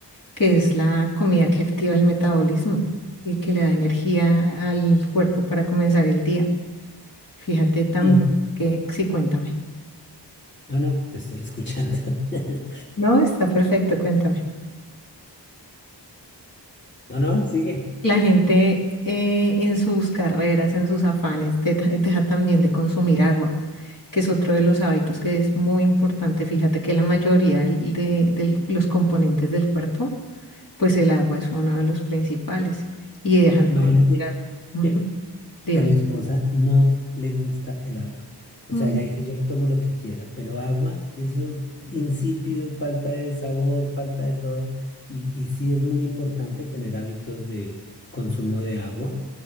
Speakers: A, on the left; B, on the left.
A: que es la comida que activa el metabolismo y que le da energía al cuerpo para comenzar el día. Fíjate también
B: y-
A: que, sí, cuéntame.
B: no, no, te estoy escuchando. <laughs>
A: No, está perfecto, cuéntame.
B: No, no, sigue.
A: La gente eh, en sus carreras, en sus afanes, de- deja también de consumir agua, que es otro de los hábitos que es muy importante. Fíjate que la mayoría del- de, del- los componentes del cuerpo, pues el agua es uno de los principales y dejan de
B: Imagínate
A: consumir agua. Ujú.
B: que
A: Dime.
B: que a mi esposa no le gusta el agua. O
A: Mm.
B: sea, ella dice, yo le tomo lo que quiera, pero agua, eso insípido, falta de sabor, falta de todo. Y, y sí es muy importante tener hábitos de consumo de agua.